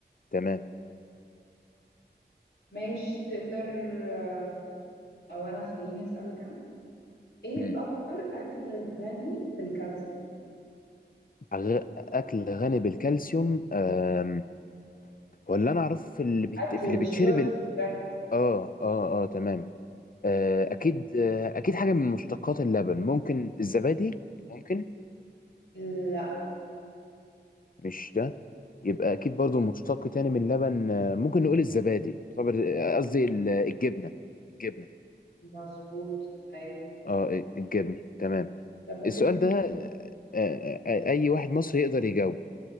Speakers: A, on the left (about 50°); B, on the left (about 85°).
A: تمام
B: ماشي تقدر آه، او انا خليني اسالك انا ايه
A: مم.
B: اكتر اكل غني بالكالسيوم
A: أغ- اكل غني بالكالسيوم آم، ولا انا اعرف في اللي بيت...
B: اكل
A: في اللي
B: مش
A: بيتشرب
B: شرب
A: ال...
B: ركز
A: اه اه اه تمام آه، اكيد آه، اكيد حاجه من مشتقات اللبن ممكن الزبادي ممكن
B: لا
A: مش ده يبقى اكيد برضو مشتق تاني من اللبن آه، ممكن نقول الزبادي طب- آه، قصدي ال- آه، الجبنه الجبنه
B: مظبوط ايوه
A: اه الجبنه تمام
B: طب ممكن
A: السؤال
B: ت-
A: ده آه، آه، آه، اي واحد مصري يقدر يجاوبه